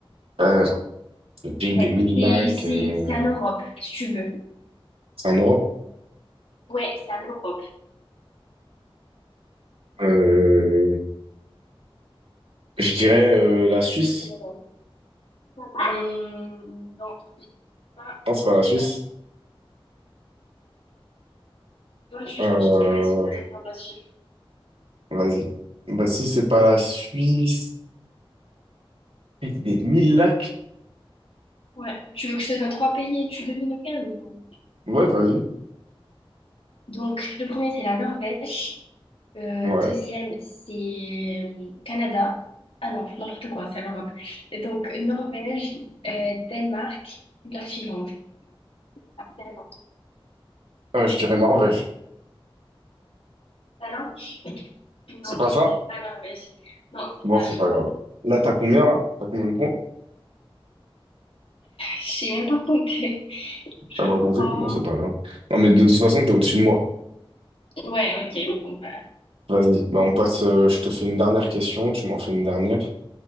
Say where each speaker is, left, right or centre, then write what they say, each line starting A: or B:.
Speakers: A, on the right; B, on the left.
A: Euh, le pays
B: Ouais.
A: des mille
B: C'est
A: lacs,
B: c'est-
A: euh,
B: c'est en Europe, si tu veux.
A: c'est en Europe.
B: Ouais, c'est en Europe.
A: Euh, je dirais euh, la Suisse.
B: En Europe. Hum, non, c'est pas, c'est
A: Non, c'est pas la Suisse.
B: pas la France. Ouais, je suis
A: Euh,
B: gentille, je te laisse une deuxième tentative.
A: vas-y. Bah, si c'est pas la Suisse, des mille lacs.
B: Ouais. Tu veux que je te donne trois pays et tu devines lequel ou-
A: Ouais, vas-y.
B: Donc, le premier, c'est la Norvège. Euh,
A: Ouais.
B: deuxième, c'est euh, Canada. Ah non, n'importe quoi, c'est l'Europe. Et Donc, Norvège, euh, Danemark, la Finlande. Ah, Finlande.
A: Euh, je dirais Norvège.
B: La langue? Non,
A: C'est pas ça?
B: la Norvège. Non,
A: Bon,
B: la
A: c'est
B: Finlande.
A: pas grave. Là, t'as combien, là? T'as combien de points?
B: Je sais même pas compter. Je
A: Ça va
B: crois.
A: augmenter? Bon, c'est pas grave. Non, mais de toute façon, t'es au-dessus de moi.
B: Ouais, ok. Bon, bah,
A: Vas-y. Bah, on passe. euh, je te fais une dernière question. Tu m'en fais une dernière.